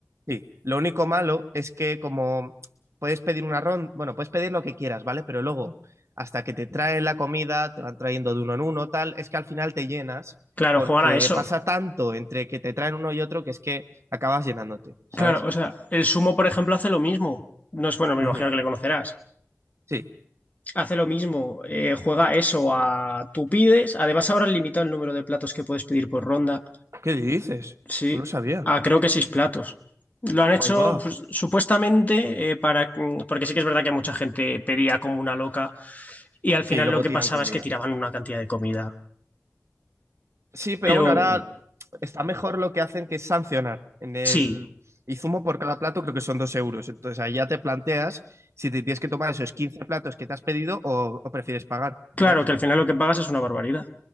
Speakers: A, on the right (about 60°); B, on the left (about 30°).
A: Sí, lo único malo es que como puedes pedir una ronda, bueno, puedes pedir lo que quieras, ¿vale? Pero luego, hasta que te traen la comida, te van trayendo de uno en uno, tal, es que al final te llenas
B: Claro,
A: porque
B: juegan a eso.
A: pasa tanto entre que te traen uno y otro que es que acabas llenándote, ¿sabes?
B: Claro, o sea, el sumo, por ejemplo, hace lo mismo. No es bueno, me
A: Ujú.
B: imagino que le conocerás.
A: Sí.
B: Hace lo mismo, eh, juega eso a tú pides. Además, ahora han limitado el número de platos que puedes pedir por ronda.
A: ¿Qué dices?
B: Sí,
A: No lo sabía.
B: a creo que seis platos. Lo han hecho
A: Ahí va.
B: pues, supuestamente eh, para. mm, Porque sí que es verdad que mucha gente pedía como una loca y al final
A: Sí, luego
B: lo que
A: tiran
B: pasaba
A: comida.
B: es que tiraban una cantidad de comida.
A: Sí, pero
B: Pero
A: bueno, ahora está mejor lo que hacen que es sancionar. En el
B: sí,
A: Izumo por cada plato creo que son dos euros. Entonces ahí ya te planteas si te tienes que tomar esos 15 platos que te has pedido o, o prefieres pagar,
B: claro
A: ¿sabes?
B: que al final lo que pagas es una barbaridad.